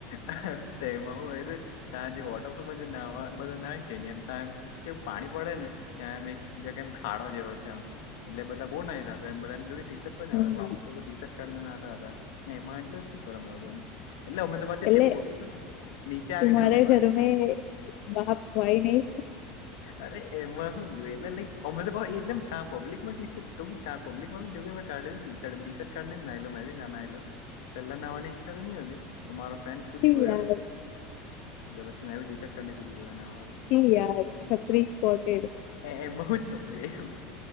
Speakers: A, on the left; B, on the left.
A: અરે તોમાં હું યરે ત્યાં જે વોટરફોલમાં જે નાવા બધા નાય કે ની એમ તા એમ કે પાણી પડે ને કેયા એમ એક જગમ ખાડો જેવો છે એમ એટલે બધા બો નાયે ત્યાં તો એમ જો ટીસટ અ ટી
B: હા
A: શર્ટ કાઢીને નાતા હતા ને એમાં એટલે શું સરમ લાગવાની એટલે અમે પછી
B: એટલે
A: તે ફોટો નીચે
B: તુમારે
A: આવીને હું પાડેલો
B: ઘર મે બાપ ભાઈ નહી
A: અરે એમાં શું જોયું એટલે લાઈક અમે તો એટલેમ તા પબ્લિકમાં ટી શર્ટ તો તા પબ્લિકમાં જો મેં કાડેલી ટી શર્ટ એમ ટીશર્ટ કાઢીને જ નાયલો મેં બી તા નાયલો પેલા નવાની ઈચ્છા તો નહતી પણ મારો ફ્રેન્ડ કુદી
B: છી
A: પયડો
B: યાર
A: એટલે પછી મે બી ટી શર્ટ કાઢીને કૂદી પયડો નાહવા હારુ.
B: છી યાર છપરી સ્પોટેડ
A: એ એ માં હું છોપરી આવું